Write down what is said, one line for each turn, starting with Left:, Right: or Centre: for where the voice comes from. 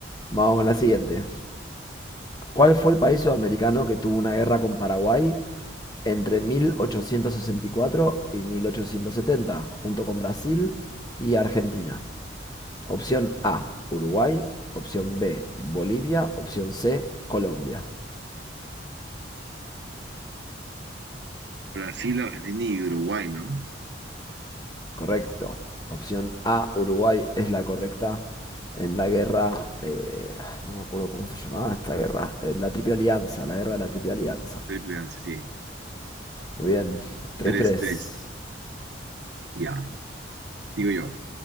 Left: Vamos con la siguiente. ¿Cuál fue el país sudamericano que tuvo una guerra con Paraguay entre mil ochocientos sesenta y cuatro y mil ochocientos setenta, junto con Brasil y Argentina? Opción A, Uruguay. Opción B, Bolivia. Opción C, Colombia.
Right: Brasil, Argentina y Uruguay, ¿no?
Left: Correcto. Opción A, Uruguay es la correcta en la guerra, eh, no me acuerdo cómo se llamaba esta guerra, eh, la Triple Alianza, la guerra de la Triple Alianza.
Right: Triple chance, sí.
Left: Muy bien, Tres
Right: tres
Left: tres.
Right: tres. Ya. Digo yo.